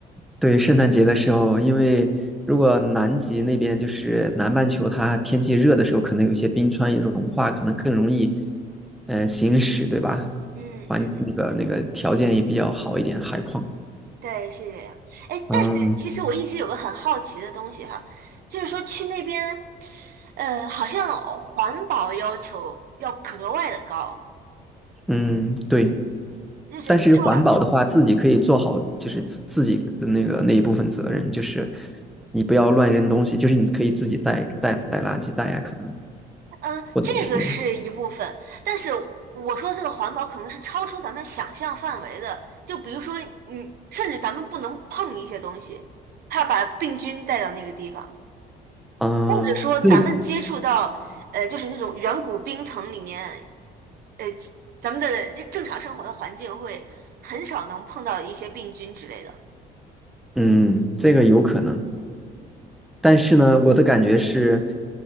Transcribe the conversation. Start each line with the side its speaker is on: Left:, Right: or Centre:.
Centre: 对，圣诞节的时候，因为如果南极那边就是南半球，它天气热的时候，可能有一些冰川也融化，可能更容易，呃，行驶，对吧？
Right: 嗯嗯。
Centre: 环那个那个条件也比较好一点，海况。
Right: 对，是这样。哎，
Centre: 嗯
Right: 但是其实我一直有个很好奇的东西哈，就是说去那边，呃，好像环保要求要格外的高，
Centre: 嗯，对。
Right: 就是超，
Centre: 但是环保的话，自己可以做好，就是自自己的那个那一部分责任，就是你不要乱扔东西，就是你可以自己带带带垃圾袋啊，可能
Right: 嗯，
Centre: 或者是
Right: 这个是一部分，但是我说这个环保可能是超出咱们想象范围的，就比如说，嗯，甚至咱们不能碰一些东西，怕把病菌带到那个地方，
Centre: 嗯，
Right: 或者说咱们接触到，
Centre: 这
Right: 呃，就是那种远古冰层里面。呃，咱们的正常生活的环境会很少能碰到一些病菌之类的。
Centre: 嗯这个有可能。但是呢，我的感觉是，